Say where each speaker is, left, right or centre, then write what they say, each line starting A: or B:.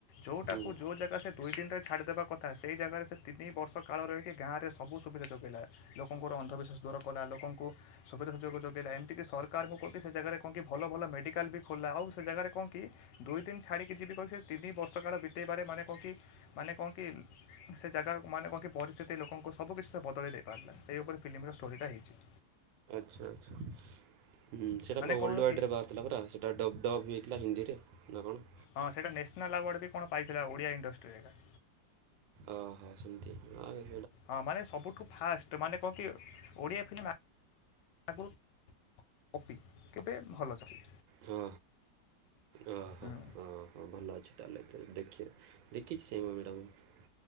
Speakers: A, on the left; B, on the right.
A: ଯୋଉଟାକୁ
B: ହୁଁ
A: ଯୋଉ ଜାଗା ସେ ଦୁଇ <unintelligible> ଛାଡିଦବା କଥା ସେ ଜାଗାରେ ସେ ତିନି ବର୍ଷ କାଳ ରହିକି ଗାଁରେ ସବୁ ସୁବିଧା ଯୋଗାଇଲା। ଲୋକଙ୍କର ଅନ୍ଧବିଶ୍ୱାସ ଦୂର କଲା ଲୋକଙ୍କୁ ସୁବିଧା ସୁଯୋଗ ଯୋଗାଇଲା। ଏମିତିକି ସରକାରଙ୍କୁ କହକି ସେ ଜାଗାରେ କଣ କି ଭଲ ଭଲ ମେଡ଼ିକାଲ ବି ଖୋଲିଲା ଆଉ ସେ ଜାଗାରେ କଣ କି ଦୁଇ ଦିନ ଛାଡିକି ଯିବି କହିକି ତିନି ବର୍ଷ କାଳ ବିତେଇବାରେ ମାନେ କଣ କି ମାନେ କଣ କି ସେ ଜାଗାର ମାନେ କଣ କି ପରିସ୍ଥିତି ଲୋକଙ୍କୁ ସବୁ କିିଛି ସେ ବଦଳ ଦେଇ ପାରିଲା। ସେଇ ଉପରେ ଫିଲ୍ମର ଷ୍ଟୋରିଟା ହେଇଚି।
B: ଆଚ୍ଛା ଆଚ୍ଛା ହୁଁ ସେ ସେଟା ପୁରା ୱଲଡ
A: କ'ଣ
B: ୱାଇଟି
A: କି
B: ରେ ବାହାରିଥିଲା ପରା ସେଟା ଡବ-ଡବିଂ ଥିଲା ହିନ୍ଦୀରେ ନା କଣ?
A: ହଁ ସେଟା ନ୍ୟାସନାଲ ଆୱାର୍ଡ ବି କଣ ପାଇଥିଲା ଓଡିଆ ଇଣ୍ଡଷ୍ଟ୍ରିରେ ଏରା।
B: ଓହୋ ସେମିତି ହଁ ହେ
A: ହଁ ମାନେ ସବୁଠୁ ଫାଷ୍ଟ ମାନେ କହନ୍ତି ଓଡିଆ- <unintelligible> ଠାକୁର- କବି ଗୋଟେ ଭଲ ଚାଷ-
B: ହଁ ଓ ହୋ
A: ହୁଁ
B: ହ ହୋ ଭଲ ଅଛି- ତା ହେଲେ ଦେଖି- ଦେଖିଛି ସେଇ ମୁଁ ବି ତାଙ୍କୁ